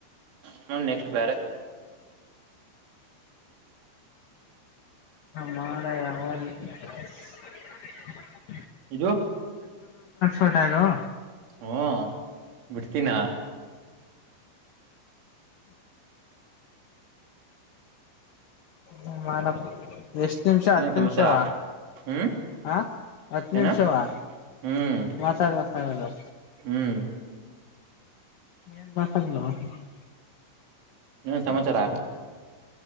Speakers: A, on the right (about 75°); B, on the left (about 70°).
A: ಹ್ಮ ನೆಕ್ಸ್ಟ್ ಬೇರೆ
B: ಹಾರ ಯಾಲ <unintelligible>
A: ಇದು
B: ಫೋಟೋ ಇದು
A: ಹ್ಮ್ ಬಿಡ್ತೀನಾ
B: ಹ ಮಾಡಪ್ಪ ಎಷ್ಟ್ ನಿಮಿಷ ಹತ್ತು
A: ಏನ್ ಸಮಾಚಾರ
B: ನಿಮಿಷವಾ
A: ಹ್ಮ್
B: ಹಾ ಹತ್ತು
A: ಏನ
B: ನಿಮಿಷವಾ
A: ಹ್ಮ್
B: ಮಾತಾಡ ಮಾತಾಡ
A: ಹ್ಮ್
B: ಏನ್ ಬಟ್ಟಲೊ <unintelligible>
A: ಏನು ಸಮಾಚಾರ?